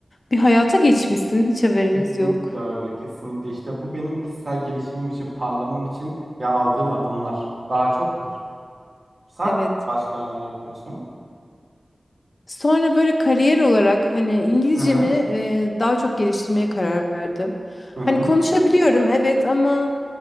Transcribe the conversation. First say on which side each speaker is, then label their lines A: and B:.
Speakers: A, on the left; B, on the right.
A: bir hayata geçmişsin. Hiç haberimiz
B: Kesinlikle
A: yok.
B: öyle, kesinlikle. İşte bu benim kişisel gelişimim için, parlamam için ya aldığım adımlar. Daha çok var. Sen
A: Evet.
B: başka neler yapıyorsun?
A: Sonra böyle kariyer olarak hani İngilizcemi
B: Hı hı,
A: e, daha çok geliştirmeye karar verdim.
B: hı hı.
A: Hani konuşabiliyorum evet ama